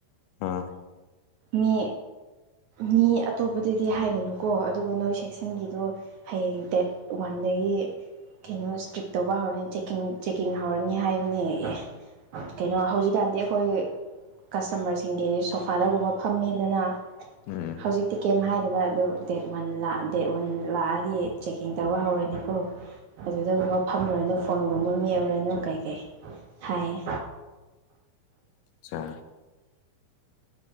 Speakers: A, on the left; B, on the right.
A: ꯑꯥ
B: ꯃꯤ ꯃꯤ ꯑꯇꯣꯞꯄꯗꯗꯤ ꯍꯥꯏꯒꯅꯨꯀꯣ ꯑꯗꯨꯕꯨ ꯅꯣꯏ ꯁꯦꯛꯁꯟꯒꯤꯗꯣ ꯍꯌꯦꯡ ꯗꯦꯠ ꯋꯥꯟ ꯑꯗꯒꯤ ꯀꯩꯅꯣ ꯏꯁꯇ꯭ꯔꯤꯛ ꯇꯧꯕ ꯍꯧꯔꯅꯤ ꯆꯦꯛꯀꯤꯡ ꯆꯦꯛꯀꯤꯡ ꯍꯧꯔꯅꯤ ꯍꯥꯏꯕꯅꯦ ꯑꯦ ꯀꯩꯅꯣ ꯍꯧꯖꯤꯛꯀꯥꯟꯗꯤ ꯑꯩꯈꯣꯏ ꯀꯁꯇꯃꯔꯁꯤꯡꯒꯤ ꯁꯣꯐꯥꯗꯒꯨꯝꯕ ꯐꯝꯃꯦꯗꯅꯥ
A: ꯎꯝ
B: ꯍꯧꯖꯤꯛꯇꯤ ꯀꯩꯝ ꯍꯥꯏꯗꯕꯥ ꯑꯗꯨ ꯗꯦꯠ ꯋꯥꯟ ꯂꯥꯛ ꯗꯦꯠ ꯋꯥꯟ ꯂꯥꯛꯑꯗꯤ ꯆꯦꯛꯀꯤꯡ ꯇꯧꯕ ꯍꯧꯔꯅꯤꯀꯣ ꯑꯗꯨꯗꯒꯨꯝꯕ ꯐꯝꯃꯨꯔꯅꯨ ꯐꯣꯟꯒꯨꯝꯕ ꯃꯦꯠꯂꯨꯔꯅꯨ ꯀꯩꯀꯩ ꯍꯥꯏꯌꯦ
A: ꯆꯥ